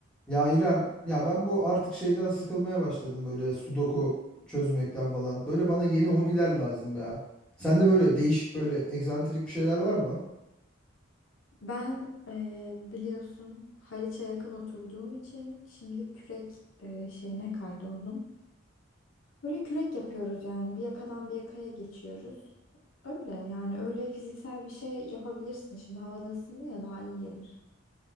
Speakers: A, in the centre; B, on the left.
A: Ya İrem, ya ben bu artık şeyden sıkılmaya başladım böyle sudoku çözmekten falan. Böyle bana yeni hobiler lazım ya. Sende böyle değişik böyle egzantrik bir şeyler var mı?
B: Ben eee, biliyorsun Haliç'e yakın oturduğum için şimdi kürek eee, şeyine kaydoldum. Böyle kürek yapıyoruz yani bir yakadan bir yakaya geçiyoruz. Öyle yani öyle fiziksel bir şey yapabilirsin. Şimdi havada ısındı ya daha iyi gelir.